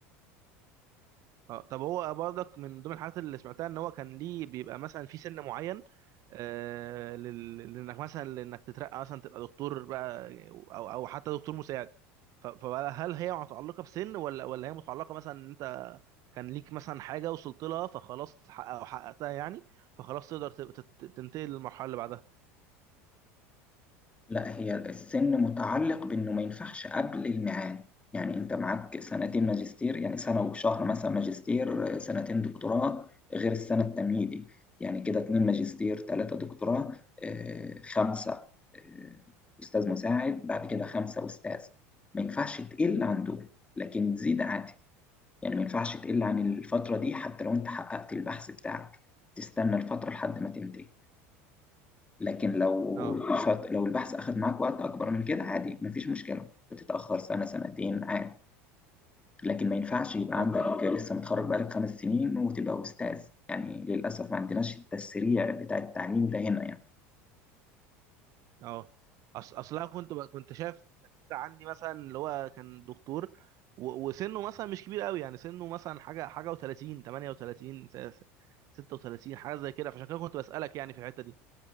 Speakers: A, on the right (about 55°); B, on the left (about 15°).
A: اه طب هو برضك من ضمن الحاجات اللي سمعتها ان هو كان ليه بيبقى مثلا في سن معين آه لل- لانك مثلا لانك تترقى مثلا تبقى دكتور بقى او او حتى دكتور مساعد ف- فهل هي متعلقه بسن ولا ولا هي متعلقه مثلا ان انت كان ليك مثلا حاجه وصلت لها فخلاص تحقق- او حققتها يعني فخلاص تقدر تبقى تت- تنتقل للمرحله اللي بعدها
B: لا هي السن متعلق بانه ما ينفعش قبل الميعاد يعني انت معاك سنتين ماجستير يعني سنه
A: مم.
B: وشهر مثلا ماجستير سنتين دكتوراه غير السنه التمهيدي يعني كده اتنين ماجستير تلاته دكتوراه آه، خمسه آه، استاذ مساعد بعد كده خمسه استاذ ما ينفعش تقل عن دول لكن تزيد عادي يعني ما ينفعش تقل عن الفتره دي حتى لو انت حققت البحث بتاعك تستنى الفتره لحد ما تنتهي لكن لو
A: اه
B: شط... لو البحث أخذ معاك وقت أكبر من كده عادي مفيش مشكلة بتتأخر سنة سنتين عادي لكن ما ينفعش يبقى
A: طب
B: عندك لسه متخرج بقالك خمس سنين وتبقى أستاذ يعني للأسف ما عندناش التسريع بتاع التعليم ده هنا يعني
A: اه أص... اصلا كنت ب... كنت شايف دكاترة عندي مثلا اللي هو كان دكتور و... وسنه مثلا مش كبير قوي يعني سنه مثلا حاجه حاجه و30 38 س- س- 36 حاجه زي كده فعشان كده كنت بسالك يعني في الحته دي